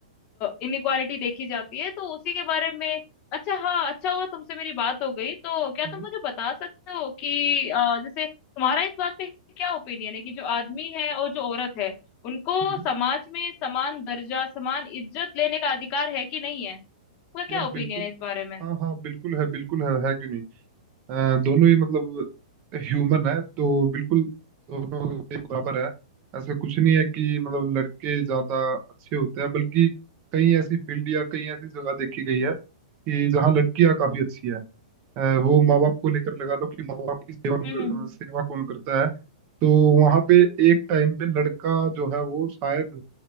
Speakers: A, on the left (about 35°); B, on the right (about 40°).
A: इनइक्वालिटी देखी जाती है तो उसी के बारे में अच्छा हाँ अच्छा हुआ तुमसे मेरी बात हो गई तो क्या
B: हम्म।
A: तुम मुझे बता सकते हो कि अ, जैसे तुम्हारा इस बात पे क्या ओपिनियन है कि जो आदमी है और जो औरत है उनको
B: हम्म,
A: समाज में समान दर्जा समान इज्जत लेने का अधिकार है कि नहीं है आपका क्या
B: यार
A: ओपिनियन
B: बिल्कुल
A: है इस बारे में
B: हाँ हाँ बिल्कुल है बिल्कुल है है क्यों नहीं अ, दोनों ही मतलब ह्यूमन है तो बिल्कुल दोनों एक बराबर है ऐसा कुछ नहीं है कि मतलब लड़के ज्यादा अच्छे होते हैं बल्कि कई ऐसी फील्ड या कई ऐसी जगह देखी गई है कि जहाँ लड़कियाँ काफी अच्छी है अ, वो माँ बाप को लेकर लगा लो कि माँ बाप की सेवा कौन
A: हम्म
B: कर-
A: हम्म
B: सेवा कौन करता है तो वहां पे एक टाइम पे लड़का जो है वो शायद